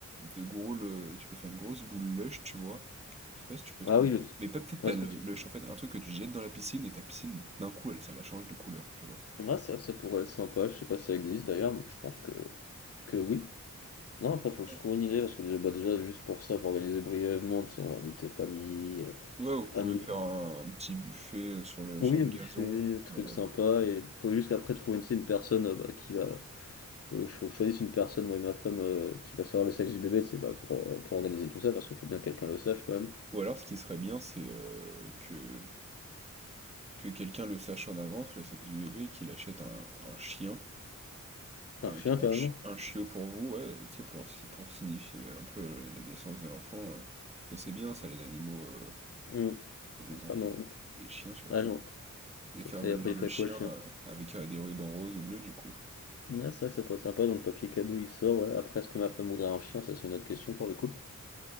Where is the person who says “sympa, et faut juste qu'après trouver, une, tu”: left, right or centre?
Left